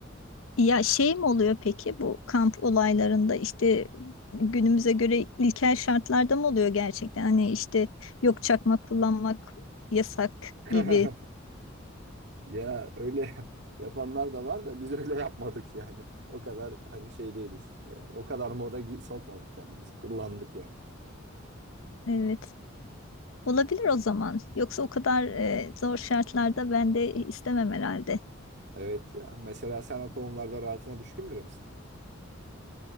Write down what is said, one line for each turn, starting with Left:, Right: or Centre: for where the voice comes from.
Left: Ya şey mi oluyor peki bu kamp olaylarında işte günümüze göre ilkel şartlarda mı oluyor gerçekten? Hani işte yok çakma kullanmak yasak
Right: <laughs>
Left: gibi.
Right: Ya öyle <laughs> yapanlar da var da biz öyle yapmadık yani. O kadar hani şey değiliz. E, O kadar moda gi- sokmadık kendimizi. Kullandık yani.
Left: Evet. Olabilir o zaman. Yoksa o kadar e, zor şartlarda ben de istemem herhalde.
Right: Evet ya. Mesela sen o konularda rahatına düşkün biri misin?